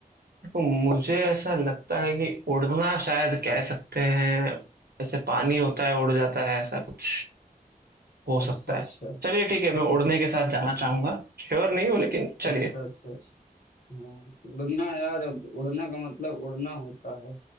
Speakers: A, on the right (about 75°); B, on the left (about 60°).
A: तो मुझे ऐसा लगता है कि उड़ना शायद कह सकते हैं ऐसे पानी होता है उड़ जाता है ऐसा कुछ हो
B: अच्छा
A: सकता
B: अच्छा
A: है चलिए ठीक है मैं उड़ने के साथ जाना चाहूंगा श्योर नहीं हूँ लेकिन चलिए
B: अच्छा अच्छा हाँ उड़ना यार अब उड़ना का मतलब उड़ना होता है